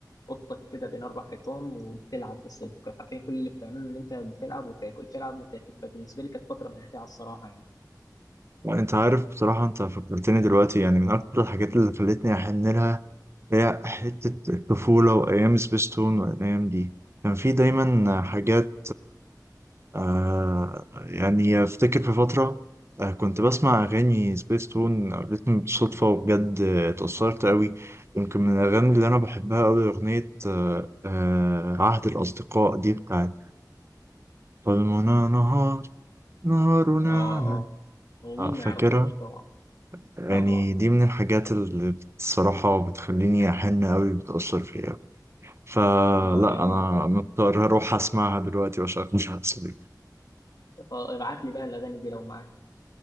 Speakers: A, on the left (about 60°); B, on the right (about 40°).
A: أوضتك كده بين أربع حيطان وبتلعب بس كنت عارفين كل اللي بتعمله إن أنت بتلعب وتاكل تلعب وتاكل فبالنسبة لي كانت فترة ممتعة الصراحة يعني
B: انت عارف بصراحة انت فكرتني دلوقتي يعني من اكتر الحاجات اللي خلتني احن لها هي حتة الطفولة وأيام سبيستون والأيام دي كان في دايما حاجات آه يعني أفتكر في فترة آه كنت بسمع أغاني سبيستون قابلتني بالصدفة وبجد اتأثرت أوي يمكن من الأغاني اللي أنا بحبها أوي أغنية آه آه عهد الأصدقاء دي بتاعت ظلمنا نهار نهارنا
A: آه
B: على
A: آه ومين
B: آه فاكرها
A: ما يعرفهاش طبعا
B: يعني
A: طبعا
B: دي من الحاجات اللي الصراحة بتخليني أحن أوي بتأثر فيا فلا
A: آه جميل
B: انا مضطر اروح اسمعها دلوقتي واشغلها <laughs> اصلي
A: ابعت لي بقى الاغاني دي لو معاك